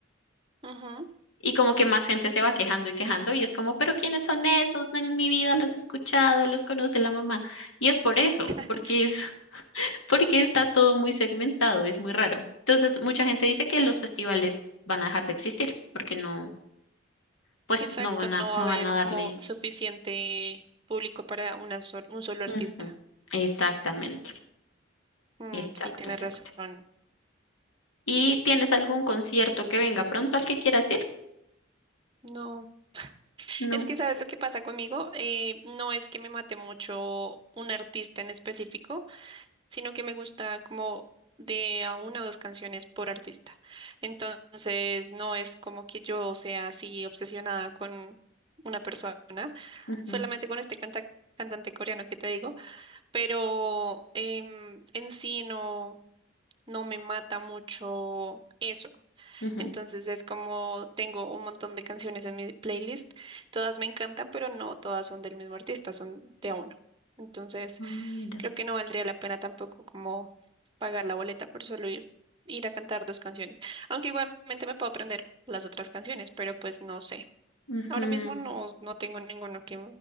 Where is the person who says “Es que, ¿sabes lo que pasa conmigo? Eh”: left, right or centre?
Right